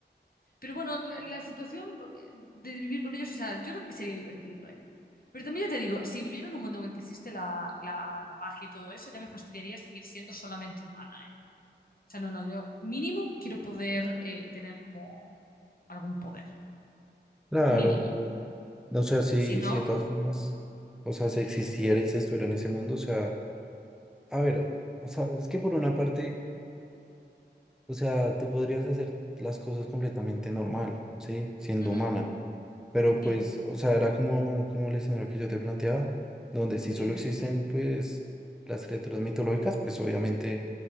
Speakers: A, on the left (about 55°); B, in the centre.
A: Pero bueno, la, la situación eh, de vivir con ellos, o sea, yo creo que sería divertido, ¿eh? Pero también ya te digo, si viviera en un mundo en el que existe la, la- la magia y todo eso, ya me fastidiaría seguir siendo solamente humana, ¿eh? O sea, no, no, yo mínimo quiero poder eh, tener como algún poder,
B: claro.
A: mínimo.
B: O sea, sí,
A: Si no,
B: sí, de todas formas, o sea, si existiera y se estuviera en ese mundo, o sea, a ver, o sea, es que por una parte, o sea, tú podrías hacer las cosas completamente normal, ¿sí? Siendo
A: ujú,
B: humana. Pero
A: sí,
B: pues, o sea, era como, como el escenario que yo te planteaba, donde si
A: sí,
B: solo existen pues las criaturas mitológicas, pues obviamente